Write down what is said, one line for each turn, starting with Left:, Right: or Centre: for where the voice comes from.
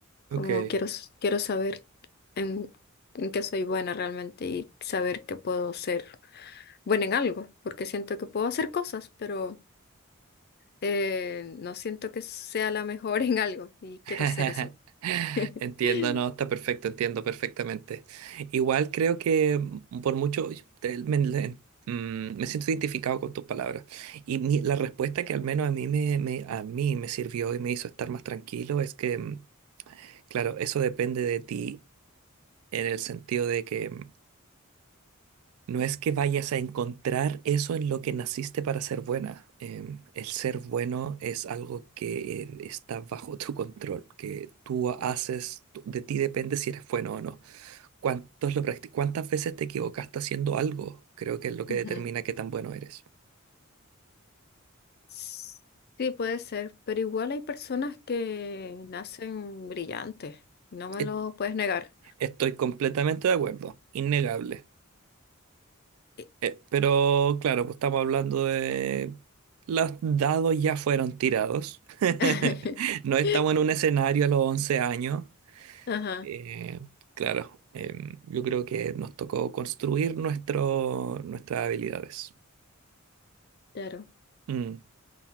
Left: Como
Right: Ok.
Left: quiero, s- quiero saber en, en qué soy buena realmente y saber que puedo ser buena en algo, porque siento que puedo hacer cosas, pero eh, no siento que sea la mejor <laughs> en algo y
Right: <laughs>
Left: quiero ser eso. <laughs>
Right: Entiendo, no, está perfecto, entiendo perfectamente. Igual creo que mm, por mucho yo te- me, le- mm, me siento identificado con tus palabras. Y mi- la respuesta que al menos a mí me, me- a mí me sirvió y me hizo estar más tranquilo es que, mm, claro, eso depende de ti en el sentido de que mm, No es que vayas a encontrar eso en lo que naciste para ser buena. Em, el ser bueno es algo que eh, está bajo tu control, que tú haces, tú- de ti depende si eres bueno o no. ¿Cuántos lo practi- ¿Cuántas veces te equivocaste haciendo algo? Creo que es lo que
Left: Ujú.
Right: determina qué tan bueno eres.
Left: S- Sí, puede ser, pero igual hay personas que nacen brillantes, no me
Right: E-
Left: lo puedes negar.
Right: Estoy completamente de acuerdo, innegable.
Left: Y-
Right: Eh, pero claro, pues estamos hablando de... Los dados ya fueron tirados. <laughs>
Left: <laughs>
Right: No estamos en un escenario a los 11 años.
Left: Ajá.
Right: Eh, claro, em, yo creo que nos tocó construir nuestro, nuestras habilidades.
Left: Claro.
Right: Mm.